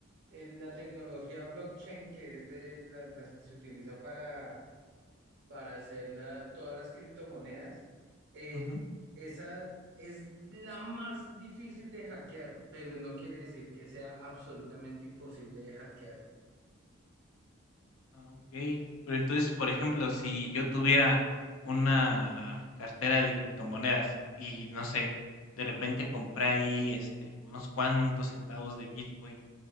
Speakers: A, on the right; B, on the left.
A: eh, la tecnología blockchain, que es de la- las que se utiliza para para hacer la- todas las criptomonedas, eh,
B: ujú.
A: esa es la más difícil de hackear, pero no quiere decir que sea absolutamente imposible de hackear.
B: Ah, okey. Pero entonces, por ejemplo, si yo tuviera una cartera de criptomonedas y, no sé, de repente compré ahí, este, unos cuantos centavos de Bitcoin,